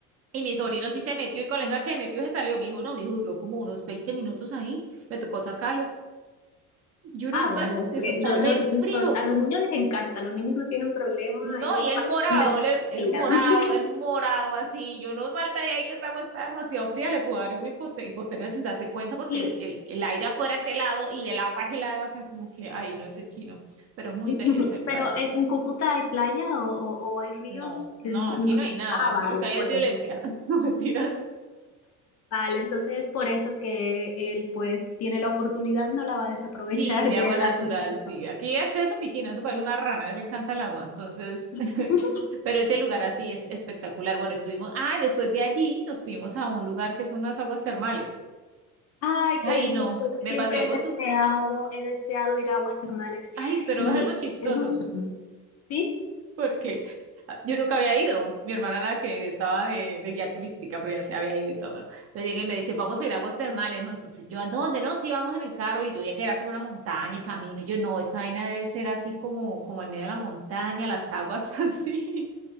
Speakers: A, on the right; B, on the left.
A: Y mi sobrino sí se metió, y con la misma que se metió se salió, mi hijo no, mi hijo duró como unos 20 minutos ahí, me tocó sacarlo. Y uno
B: Ah,
A: usa,
B: bueno, es
A: eso
B: que
A: está
B: lo-
A: re
B: los
A: frío.
B: niños- a los niños les encanta, los niños no tienen problema,
A: No,
B: ellos
A: y el
B: van
A: morado,
B: de su
A: le- el
B: vida.
A: morado,
B: <laughs>
A: el morado así. Yo no salta de ahí que esa agua está demasiado fría. Le puedo dar una hipote- hipotermia sin darse cuenta porque
B: Y,
A: el, el aire afuera es helado y el agua es helada. O sea, como que ahí no es chino. Pero es muy
B: <laughs>
A: bello ese lugar.
B: pero en, en Cúcuta hay playa o, o- o hay ríos?
A: No, no,
B: Mm,
A: aquí
B: No.
A: no hay nada.
B: Ah,
A: Aquí
B: vale,
A: lo que hay
B: por
A: es violencia.
B: eso.
A: <laughs> No, mentiras.
B: Vale, entonces es por eso que él pues tiene la oportunidad, no la va a desaprovechar
A: Sí, de
B: de
A: agua
B: <laughs>
A: natural,
B: darse un saludo.
A: sí. Aquí hay acceso a piscina, eso parece una rana, a él le encanta el agua. Entonces,
B: <laughs>
A: <laughs> pero ese lugar así es espectacular. Bueno, estuvimos, ah, y después de allí nos fuimos a un lugar que son unas aguas termales.
B: Ay,
A: Ay,
B: qué delicia.
A: no,
B: Yo
A: me
B: siempre
A: pasó algo
B: he deseado,
A: su,
B: he deseado ir a aguas termales.
A: ay, pero
B: Y
A: es algo chistoso.
B: es mucho ¿sí?
A: porque ah, yo nunca había ido. Mi hermana la que estaba de, de guía turística, pero ya se había ido y todo. Entonces llega y me dice, vamos a ir a aguas termales, ¿no? Entonces yo, ¿a dónde? No, sí, vamos en el carro y yo veía que era como una montaña y camino. Y yo, no, esta vaina debe ser así como, como en medio de la montaña, las aguas <laughs> así.